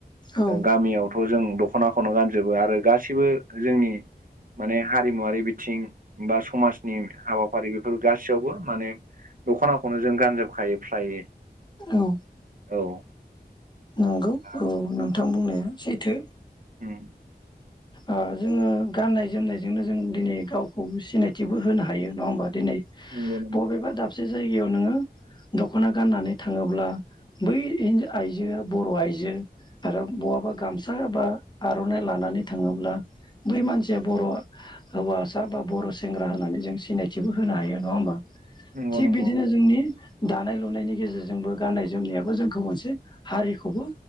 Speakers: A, on the left (about 25°); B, on the right (about 55°).
A: औ
B: गामियाव थ' जों दख'नाखौनो गानजोबो आरो गासिबो जोंनि माने हारिमुवारि बिथिं बा समाजनि हाबाफारि बेफोर गासैयावबो माने दख'नाखौनो जों गानजोबखायो फ्रायै
A: औ
B: औ
A: नंगौ
B: <inaudible>
A: औ नोंथां बुंनाया सैथो।
B: उम।
A: ओ जोङो गाननाय जोमनायजोंनो जों दिनै गावखौ सिनायथिबो होनो हायो नङा ओमबा दिनै
B: नंगौ नंगौ
A: बबेबा दाबसे जायगायाव नोङो दख'ना गाननानै थाङोब्ला बै हि आइजो बर' आइजो आरो बहाबा गामसा बा आर'नाइ लानानै थाङोब्ला बै मानसिया बर' हौवासा बा बर' सेंग्रा होननानै जों सिनायथिबो होनो हायो नङा ओमबा
B: नंगौ
A: थिग
B: नंगौ
A: बिदिनो जोंनि दानाय लुनायनि गेजेरजोंबो गाननाय जोमनायाबो जोंखौ मोनसे हारिखौबो